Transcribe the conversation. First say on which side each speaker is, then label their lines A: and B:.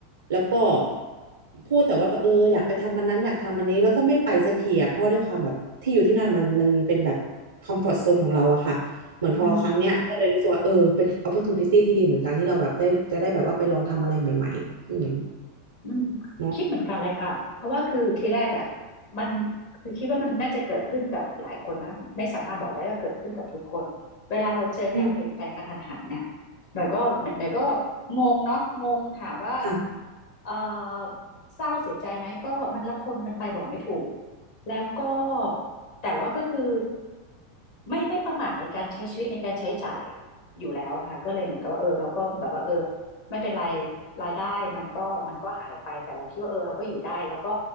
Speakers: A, on the right; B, on the left.
A: แล้วก็พูดแต่ว่าแบบเอออยากไปทำอันนั้นอยากทำอันนี้แล้วก็ไม่ไปสักทีอะเพราะว่าด้วยความแบบที่อยู่ที่นั่นมันมันเป็นแบบคอมฟอร์ z โซนของเราอะค่ะ เหมือนพอครั้งเนี้ยก็เลยรู้สึกว่าเออเป็น
B: อืม
A: opportunity ที่ดีเหมือนกันที่เราแบบได้จะได้แบบว่าไปลองทำอะไรใหม่ๆอืม
B: อืม
A: เนาะ
B: คิดเหมือนกันเลยค่ะเพราะว่าคือทีแรกอ่ะมันคือคิดว่ามันน่าจะเกิดขึ้นกับหลายคนนะไม่สามารถบอกได้ว่าเกิดขึ้นกับทุกคนเวลาเราเจอการเปลี่ยนแปลงกระทันหันเนี่ย
A: อืม
B: หน่อยก็หน่อยก็งงเนาะงงถามว่า
A: ค่ะ
B: เออเศร้าเสียใจไหมก็มันละคนกันไปบอกไม่ถูกแล้วก็แต่ว่าก็คือไม่ไม่ประมาทในการใช้ชีวิตในการใช้จ่ายอยู่แล้วค่ะก็เลยเหมือนกับว่าเออเราก็แบบว่าเออ ไม่เป็นไรรายได้มันก็มันก็หายไปแต่เราคิดว่าเออเราก็อยู่ได้แล้วก็